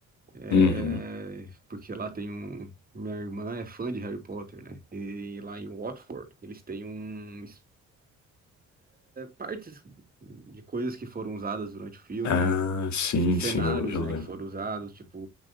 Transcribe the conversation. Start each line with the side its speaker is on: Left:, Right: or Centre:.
Right: eh,
Left: uhum.
Right: porque lá tem um. Minha irmã é fã de Harry Potter, né? E lá em Watford, eles têm um partes de coisas que foram usadas durante o filme,
Left: Ah,
Right: né?
Left: sim,
Right: C- Cenários,
Left: sim, eu, eu
Right: né,
Left: lembro.
Right: que foram usados, tipo,